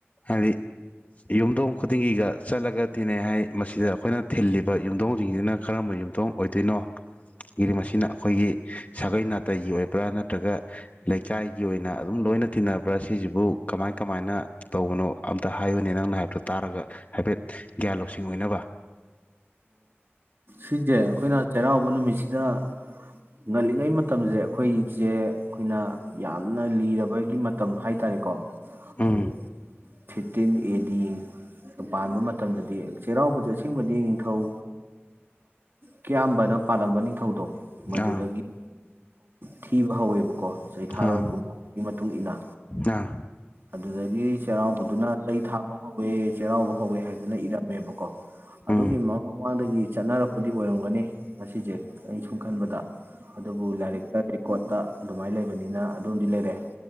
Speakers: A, on the left (about 35°); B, on the right (about 60°).
A: ꯍꯥꯏꯗꯤ ꯌꯨꯝꯊꯣꯡ ꯈꯨꯗꯤꯡꯒꯤꯒ ꯆꯠꯂꯒ ꯇꯤꯟꯅꯩ ꯍꯥꯏ ꯃꯁꯤꯗ ꯑꯩꯈꯣꯏꯅ ꯊꯤꯜꯂꯤꯕ ꯌꯨꯝꯊꯣꯡꯁꯤꯡꯁꯤꯅ ꯀꯔꯝꯕ ꯌꯨꯝꯊꯣꯡ ꯑꯣꯏꯗꯣꯏꯅꯣ ꯒꯤꯗꯤ ꯃꯁꯤꯅ ꯑꯩꯈꯣꯏꯒꯤ ꯁꯥꯒꯩ ꯅꯥꯇꯩꯒꯤ ꯑꯣꯏꯕ꯭ꯔꯥ ꯅꯠꯇ꯭ꯔꯒ ꯂꯩꯀꯥꯏꯒꯤ ꯑꯣꯏꯅ ꯑꯗꯨꯝ ꯂꯣꯏꯅ ꯇꯤꯟꯅꯕ꯭ꯔꯥ ꯁꯤꯁꯤꯕꯨ ꯀꯃꯥꯏ ꯀꯃꯥꯏꯅ ꯇꯧꯕꯅꯣ ꯑꯝꯇ ꯍꯥꯏꯌꯨꯅꯦ ꯅꯪꯅ ꯍꯥꯏꯕꯗꯨ ꯇꯥꯔꯒ ꯍꯥꯏꯐꯦꯠ ꯒ꯭ꯌꯥꯟ ꯂꯧꯁꯤꯡ ꯑꯣꯏꯅꯕ
B: ꯁꯤꯖꯦ ꯑꯩꯈꯣꯏꯅ ꯆꯩꯔꯥꯎꯕ ꯅꯨꯃꯤꯠꯁꯤꯗ ꯉꯜꯂꯤꯉꯩ ꯃꯇꯝꯁꯦ ꯑꯩꯈꯣꯏꯁꯦ ꯑꯩꯈꯣꯏꯅ ꯌꯥꯝꯅ ꯂꯤꯔꯕꯒꯤ ꯃꯇꯝ ꯍꯥꯏ ꯇꯔꯦꯀꯣ
A: ꯎꯝ
B: ꯑꯩꯈꯣꯏ ꯐꯤꯐꯇꯤꯟ ꯑꯦ ꯗꯤ ꯄꯥꯟꯕ ꯃꯇꯝꯗꯗꯤ ꯆꯩꯔꯥꯎꯕꯁꯦ ꯑꯁꯦꯡꯕꯗꯤ ꯅꯤꯡꯊꯧ ꯀꯌꯥꯝꯕꯅ ꯄꯥꯜꯂꯝꯕ ꯅꯤꯡꯊꯧꯗꯣ ꯃꯗꯨꯗꯒꯤ
A: ꯑꯥ
B: ꯊꯤꯕ ꯍꯧꯋꯦꯕꯀꯣ ꯆꯩꯊꯥꯔꯣ
A: ꯑꯥ
B: ꯀꯨꯝꯕ ꯑꯗꯨꯒꯤ ꯃꯇꯨꯡ ꯃꯇꯨꯡꯏꯟꯅ
A: ꯑꯥ
B: ꯑꯗꯨꯗꯒꯤ ꯆꯩꯔꯥꯎꯕꯗꯨꯅ ꯆꯩ ꯊꯥꯕ ꯍꯧꯋꯦ ꯆꯩꯔꯥꯎꯕ ꯍꯧꯋꯦ ꯍꯥꯏꯗꯅ ꯏꯔꯝꯃꯦꯕꯀꯣ ꯑꯗꯨꯒꯤ
A: ꯎꯝ
B: ꯃꯃꯥꯡꯗꯒꯤ ꯆꯠꯅꯔꯛꯄꯗꯤ ꯑꯣꯏꯔꯝꯒꯅꯤ ꯉꯁꯤꯁꯦ ꯑꯩꯅ ꯁꯨꯝ ꯈꯟꯕꯗ ꯑꯗꯨꯕꯨ ꯂꯥꯏꯔꯤꯛꯇ ꯔꯦꯀꯣꯔꯠꯇ ꯑꯗꯨꯃꯥꯏꯅ ꯂꯩꯕꯅꯤꯅ ꯑꯗꯨꯣꯝꯗꯤ ꯂꯩꯔꯦ